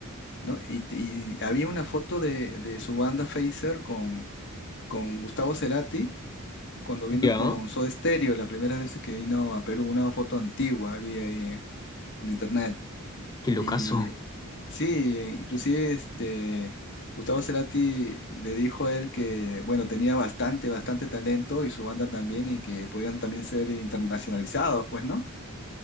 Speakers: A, on the left; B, on the left.
A: ¿no? Y, y había una foto de, de su banda Facer con, con Gustavo Cerati cuando vino
B: ya.
A: con Soda Stereo, la primera vez que vino a Perú, una foto antigua había ahí en internet.
B: Qué locazo.
A: Y sí, inclusive este... Gustavo Cerati le dijo a él que, bueno, tenía bastante, bastante talento y su banda también y que podían también ser internacionalizados, pues, ¿no?